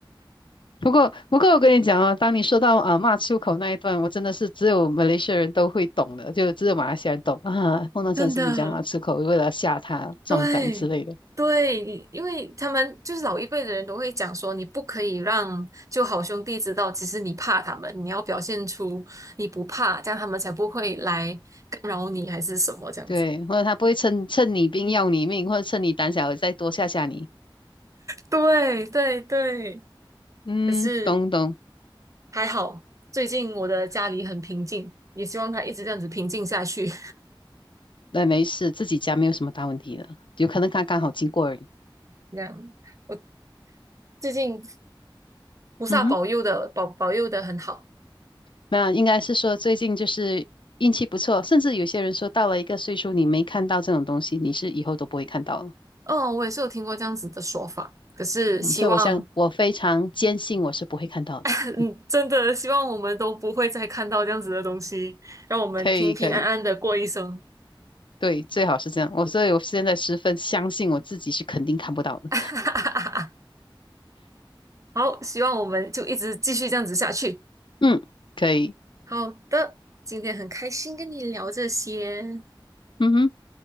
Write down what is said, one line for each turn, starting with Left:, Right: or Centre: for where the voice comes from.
Left: 不过，不过我跟你讲啊，当你说到啊骂出口那一段，我真的是只有马来西亚人都会懂的，就只有马来西亚人懂啊。碰到这种事情讲骂出口，
Right: 真的，
Left: 为了吓他壮胆之类的。
Right: 对对，因为他们就是老一辈的人都会讲说，你不可以让就好兄弟知道，其实你怕他们，你要表现出你不怕，这样他们才不会来干扰你还是什么这样子。
Left: 对，或者他不会趁趁你病要你命，或者趁你胆小再多吓吓你。
Right: 对对对。
Left: 嗯，
Right: 可是
Left: 懂懂，
Right: 还好，最近我的家里很平静，也希望它一直这样子平静下去。
Left: 那没事，自己家没有什么大问题的，有可能他刚好经过而已。
Right: <laughs> 这样，我最近菩萨保佑的保保佑的很好。
Left: 嗯哼，那应该是说最近就是运气不错，甚至有些人说到了一个岁数，你没看到这种东西，你是以后都不会看到了。
Right: 哦，我也是有听过这样子的说法，可是希望，
Left: 嗯，所以我想，我非常坚信我是不会看到的。
Right: <laughs> 嗯，
Left: 嗯，
Right: 真的希望我们都不会再看到这样子的东西，让我们平平安安的过一生。
Left: 可以可以，对，最好是这样。我所以我现在十分相信我自己是肯定看不到的。
Right: <laughs> 好，希望我们就一直继续这样子下去。
Left: 嗯，可以。
Right: 好的，今天很开心跟你聊这些，
Left: 嗯哼。